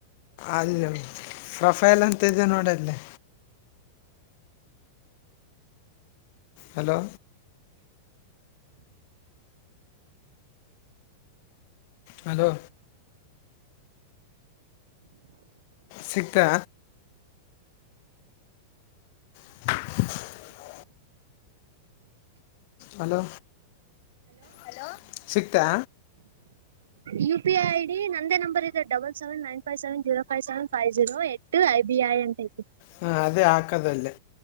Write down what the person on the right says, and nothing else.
U P I I D ನಂದೇ ನಂಬರ್ ಇದೆ double seven nine five seven zero five seven five zero ಹೆಟ್ ಹೈಬಿಐ ಅಂತ ಐತಿ